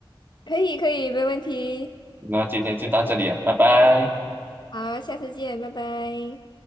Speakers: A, on the left; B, on the right.
A: 可以可以，没问题。
B: 那今天就到这里了，拜拜。
A: 好，下次见，拜拜。